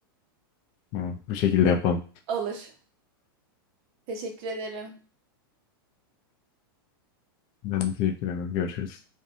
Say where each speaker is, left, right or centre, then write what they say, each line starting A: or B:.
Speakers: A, on the left; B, on the right.
A: Tamam, bu şekilde yapalım.
B: Olur. Teşekkür ederim.
A: Ben teşekkür ederim. Görüşürüz.